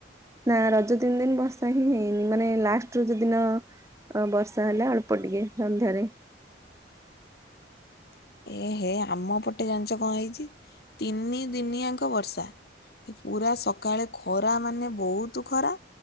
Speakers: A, on the right; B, on the left.
A: ନା ରଜ ତିନି ଦିନ ବର୍ଷା ହିଁ ହେଇନି। ମାନେ ଲାଷ୍ଟ ରଜ ଦିନ ଅ ବର୍ଷା ହେଲା ଅଳ୍ପ ଟିକେ ସନ୍ଧ୍ୟାରେ।
B: <inaudible> ଏହେ ଆମ ପଟେ ଜାଣିଛ କଣ ହେଇଛି ତିନି ଦିନିଆଙ୍କ ବର୍ଷା। ପୁରା ସକାଳେ ଖରା ମାନେ ବହୁତ ଖରା।